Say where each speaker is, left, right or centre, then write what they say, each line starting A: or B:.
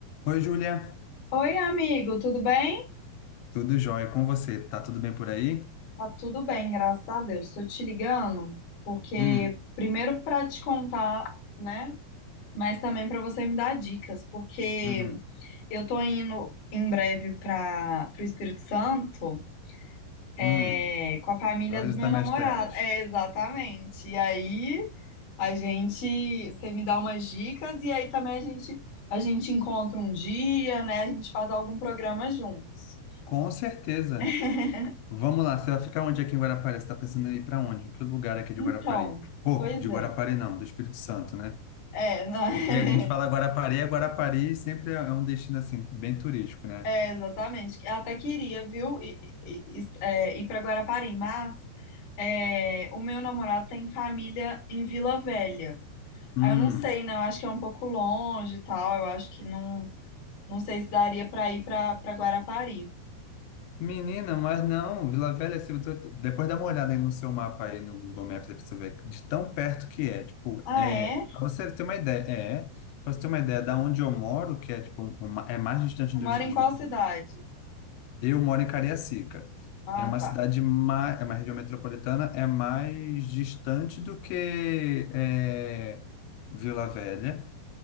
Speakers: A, on the left (about 90°); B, on the left (about 60°).
A: Oi, Júlia.
B: Oi, amigo, tudo bem?
A: Tudo jóia com você? Tá tudo bem por aí?
B: Tá tudo bem, graças a Deus. Estou te ligando porque
A: Hum,
B: primeiro para te contar, né? Mas também para você me dar dicas, porque
A: uhum,
B: eu tô indo em breve para o Espírito Santo, é,
A: hum.
B: com a família
A: Vai
B: do
A: visitar
B: meu namorado.
A: minhas terras.
B: É, exatamente. E aí a gente, você me dá umas dicas e aí também a gente a gente encontra um dia, né? A gente faz algum programa juntos.
A: Com certeza.
B: <laughs>
A: Vamos lá, você vai ficar onde aqui em Guarapari? Você tá pensando em ir para onde? Que lugar aqui de
B: Então,
A: Guarapari? Pô,
B: pois
A: de Guarapari
B: é.
A: não, do Espírito Santo, né?
B: É, não, <laughs>
A: Porque a gente fala Guarapari, é Guarapari sempre é é um destino assim, bem turístico, né?
B: é, exatamente. Eu até queria, viu, i- i- i- é, ir para Guarapari, mas é, o meu namorado tem família em Vila Velha.
A: Hum.
B: Aí eu não sei, né? Eu acho que é um pouco longe e tal. Eu acho que não, não sei se daria para ir para para Guarapari.
A: Menina, mas não, Vila Velha, se eu tô- depois dá uma olhada aí no seu mapa aí no Google Maps, aí pra você ver de tão perto que é. Tipo,
B: Ah,
A: é,
B: é?
A: para você ter uma ideia, é, para você ter uma ideia da onde eu moro, que é tipo, um, uma- é mais distante
B: Você
A: do,
B: mora
A: de-
B: em qual cidade?
A: eu moro em Cariacica.
B: Ah,
A: É uma
B: tá.
A: cidade mais, é uma região metropolitana, é mais distante do que é, Vila Velha